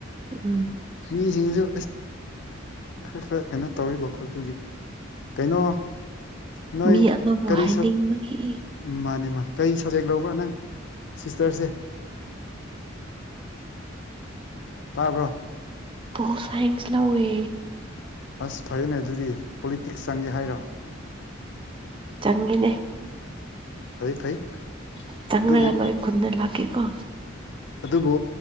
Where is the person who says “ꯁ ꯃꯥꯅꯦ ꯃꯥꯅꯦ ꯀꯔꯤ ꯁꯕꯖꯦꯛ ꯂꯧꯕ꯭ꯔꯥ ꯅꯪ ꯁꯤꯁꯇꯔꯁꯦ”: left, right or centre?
Left